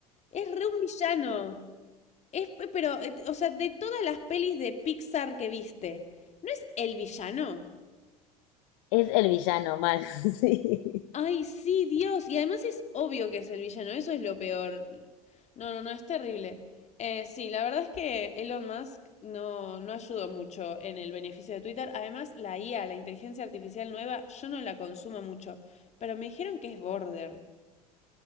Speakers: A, on the left; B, on the left.
A: Es re un villano. Es, pe- pero, eh, o sea, de todas las pelis de Pixar que viste, ¿no es el villano?
B: Es el villano mal, <laughs> sí.
A: Ay, sí, Dios. Y además es obvio que es el villano. Eso es lo peor. No, no, no, es terrible. Eh, sí, la verdad es que Elon Musk no, no ayudó mucho en el beneficio de Twitter. Además, la IA, la inteligencia artificial nueva, yo no la consumo mucho. Pero me dijeron que es border.